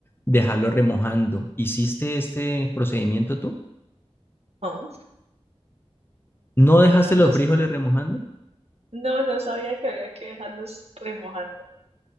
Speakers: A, on the left; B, on the right.
A: dejarlo remojando. ¿Hiciste este procedimiento tú?
B: No,
A: ¿No
B: no,
A: dejaste
B: no los
A: los frijoles remojando?
B: No, no sabía que había que dejarlos remojando.